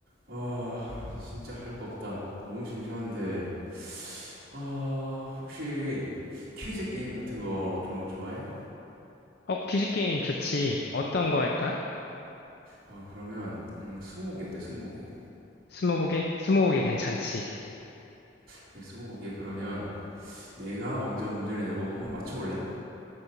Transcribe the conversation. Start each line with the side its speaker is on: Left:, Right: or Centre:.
Right: 아, 진짜 할 거 없다. 너무 심심한데. 아, 혹시 퀴즈 게임 같은 거 좀 좋아해?
Left: 어, 퀴즈 게임 좋지. 어떤 거 할까?
Right: 어, 그러면 음, 스무고개 어때? 스무고개.
Left: 스무고개? 스무고개 괜찮지.
Right: 오케이, 스무고개 그러면 내가 먼저 문제를 내고 한번 맞춰볼래?